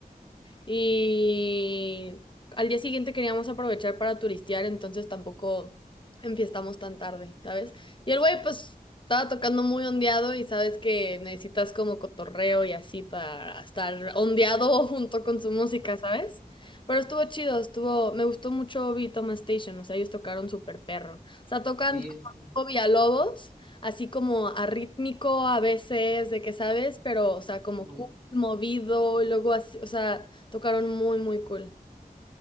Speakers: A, on the left; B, on the right.
A: Y al día siguiente queríamos aprovechar para turistear, entonces tampoco enfiestamos tan tarde, ¿sabes? Y el güey pues estaba tocando muy ondeado y sabes que necesitas como cotorreo y así para estar ondeado <laughs> junto con su música, ¿sabes? Pero estuvo chido, estuvo, me gustó mucho Obi y Toma Station, o sea, ellos tocaron súper perro. O sea, tocan
B: Sí,
A: como
B: sí,
A: tipo Villalobos, así como arrítmico a veces, de que sabes, pero o sea, como
B: bueno.
A: cool, movido, y luego así, o sea, Tocaron muy, muy cool.